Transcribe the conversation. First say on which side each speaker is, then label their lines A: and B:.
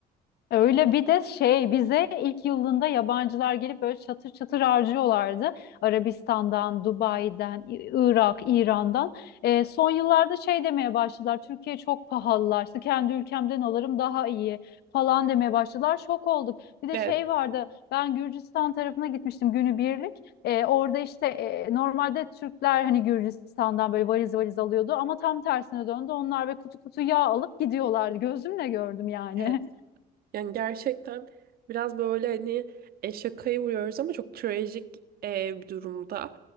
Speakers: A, on the left; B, on the right.
A: Öyle bir de şey bize ilk yılında yabancılar gelip böyle çatır çatır harcıyorlardı. Arabistan'dan, Dubai'den, İ- Irak, İran'dan. Ee, son yıllarda şey demeye başladılar. Türkiye çok pahalılaştı. Kendi ülkemden alırım daha iyi falan demeye başladılar. Şok olduk. Bir de
B: Evet.
A: şey vardı. Ben Gürcistan tarafına gitmiştim günübirlik. Ee, orada işte e, normalde Türkler hani Gürcistan'dan böyle valiz valiz alıyordu ama tam tersine döndü. Onlar ve kutu kutu yağ alıp gidiyorlardı. Gözümle gördüm yani.
B: Evet.
A: <laughs>
B: Yani gerçekten biraz böyle hani e, şakayı vuruyoruz ama çok trajik e, bir durumda.